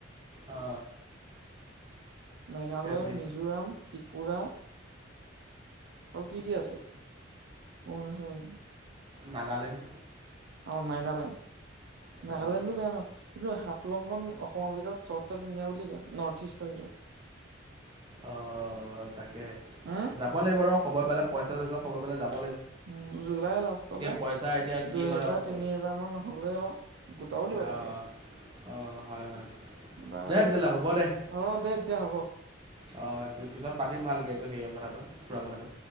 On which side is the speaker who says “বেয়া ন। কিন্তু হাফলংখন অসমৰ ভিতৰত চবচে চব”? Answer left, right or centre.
Right